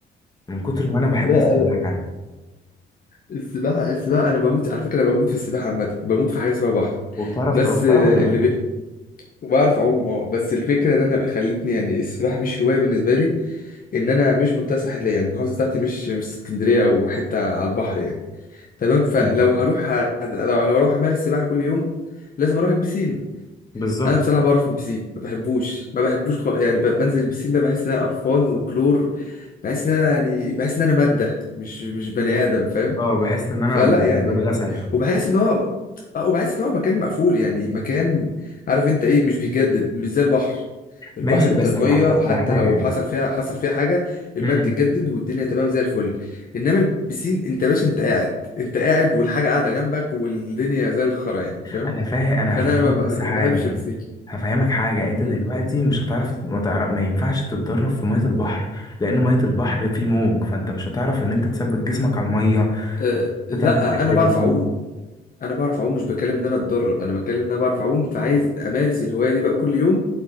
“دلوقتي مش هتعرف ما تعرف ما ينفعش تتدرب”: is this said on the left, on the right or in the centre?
Left